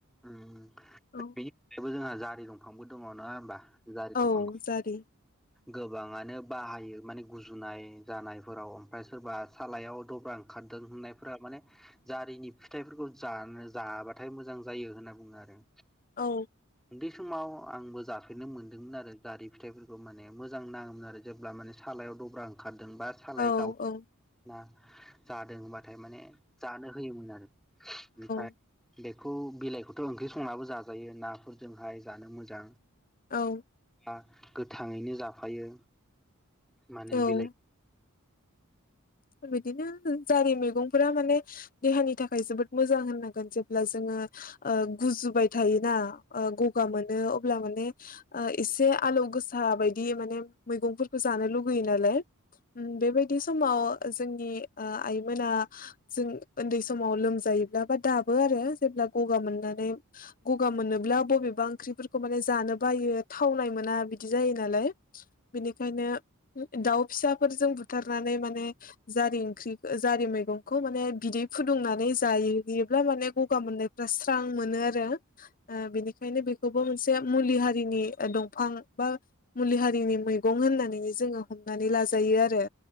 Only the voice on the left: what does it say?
औ
औ जारि
औ
औ
औ
<inaudible>
औ।
औ
बिदिनो जारि मैगंफोरा माने देहानि थाखाय जोबोद मोजां होननांगोन जेब्ला जोङो ओ गुजुबाय थायोना ओ गगा मोनो अब्ला माने ओ एसे आलौ गोसा बायदि माने मैगंफोरखौ जानो लुगैयो नालाय। उम बेबायदि समाव जोंनि ओ आइमोना जों ओन्दै समाव लोमजायोब्ला बा दाबो आरो जेब्ला गगा मोननानै गगा मोनोब्ला बबेबा ओंख्रिफोरखौ माने जानो बायो थावनाय मोना बिदि जायो नालाय। बेनिखायनो दाउ फिसाफोरजों बुथारनानै माने जारि ओंख्रि ओ जारि मैगंखौ माने बिदै फुदुंनानै जायोब्ला माने गगा मोननाय रा स्रां मोनो आरो ओ बेनिखायनो बे खौबो मोनसे मुलि हारिनि ओ दंफां बा मुलि हारिनि मैगं होननानैनो जोङो हमनानै लाजायो आरो।